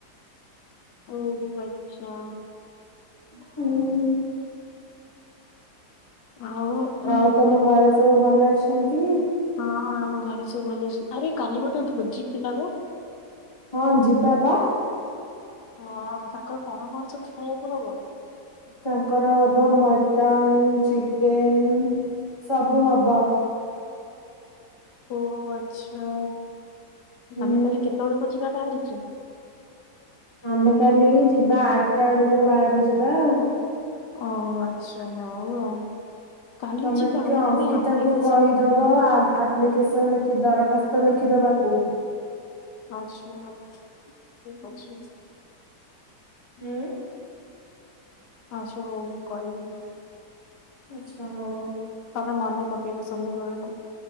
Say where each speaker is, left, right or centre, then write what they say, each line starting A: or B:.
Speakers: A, on the left; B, on the left.
A: ଓ ଆଚ୍ଛା।
B: ହୁଁ।
A: ଆଉ ଉଁ
B: ଆଉ ତମ
A: <inaudible> ହୁଁ।
B: ଘରେ ସବୁ ଭଲ ଅଛନ୍ତି?
A: ହଁ ଆମ ଘରେ ସବୁ ଭଲ ଅଛ ଆରେ କାଲି ଗୋଟେ ଭୋଜି ଥିଲା ପା।
B: ହଁ ଯିବା ପା।
A: ହଁ ତାଙ୍କର କଣ କଣ ସବୁ ଖାଇବାକୁ ହବ?
B: ତାଙ୍କର ହବ ମଟନ ଚି କେନ ସବୁ ହବ।
A: ଓହୋ ଆଚ୍ଛା।
B: ହୁଁ।
A: ଆମେ କାଲି କେତେବେଳକୁ ଯିବା ବାହାରିକି?
B: ଆମେ କାଲି ଯିବା ଆଟା ଆଡକୁ ବାହାରି ଯିବା ଆଉ।
A: ଓହୋ ଆଚ୍ଛା ହଉ ଆଉ। କାଲି
B: ତମେ
A: ଯିବା
B: ଟିକେ
A: ଆମେ
B: ଅଙ୍କିତାଙ୍କୁ
A: ତା ପାଇଁ ଆପ୍ଲିକେସନ
B: କହିଦବ
A: ଲେଖିନୁ
B: ଆ-ଆପ୍ଲିକେସନ ଲେଖି ଦରଖାସ୍ ତ ଲେଖିଦବାକୁ।
A: ଆଚ୍ଛା ହଉ ଠିକ ଅଛି।
B: ହୁଁ
A: ଉଁ। ଆଚ୍ଛା ହଉ ମୁଁ କହିବି।
B: ଆଚ୍ଛା ହଉ।
A: ତମେ ମନେ ପକେଇବ ସନ୍ଧ୍ୟା ବେଳକୁ